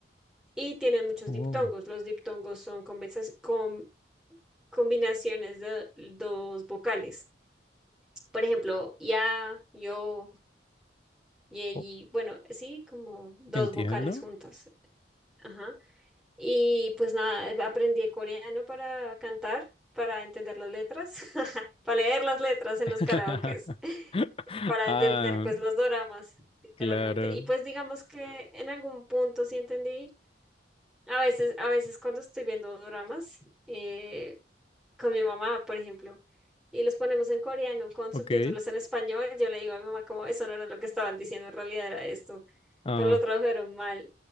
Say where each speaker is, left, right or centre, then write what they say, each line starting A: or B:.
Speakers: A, in the centre; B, on the left.
A: y tienen muchos
B: Oh,
A: diptongos. Los diptongos son conversa- com- combinaciones de dos vocales. Por ejemplo, ya, yo, ye, yi,
B: oh,
A: bueno, sí, como dos
B: entiendo.
A: vocales juntas. Ajá. Y pues nada, eh, aprendí coreano para cantar, para entender las letras, <laughs> para leer las letras en
B: <laughs>
A: los karaokes, <laughs> para
B: Ah,
A: entender pues los doramas, literalmente.
B: claro.
A: Y pues digamos que en algún punto sí entendí A veces, a veces cuando estoy viendo dramas eh, con mi mamá, por ejemplo, y los ponemos en coreano con subtítulos
B: Ok.
A: en español, yo le digo a mi mamá como eso no era lo que estaban diciendo, en realidad era esto,
B: Ah,
A: pero lo tradujeron mal.